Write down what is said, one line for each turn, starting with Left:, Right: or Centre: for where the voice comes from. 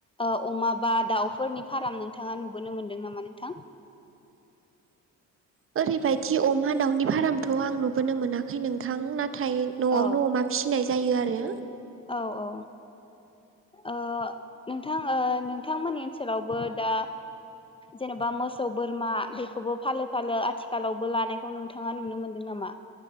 Left: ओ अमा बा दाउफोरनि फाराम नोंथाङा नुबोनो मोनदों नामा नोंथां?
Right: <inaudible> ओरैबायदि अमा दाउनि फारामथ' आं नुबोनो मोनाखै नोंथां ना थाय न'वावनो
Left: औ
Right: अमा फिनाय जायो आरो।
Left: औ औ ओ नोंथां ओ नोंथांमोननि ओनसोलावबो दा जेन'बा मोसौ बोरमा बेखौबो फालो फालो आथिखालावबो लानायखौ नोंथाङा नुनो मोनदों ना मा?